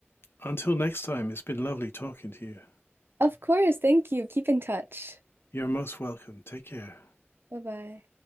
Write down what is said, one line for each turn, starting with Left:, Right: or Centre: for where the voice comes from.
Left: until next time, it's been lovely talking to you.
Right: Of course. Thank you. Keep in touch.
Left: You're most welcome. Take care.
Right: Bye bye.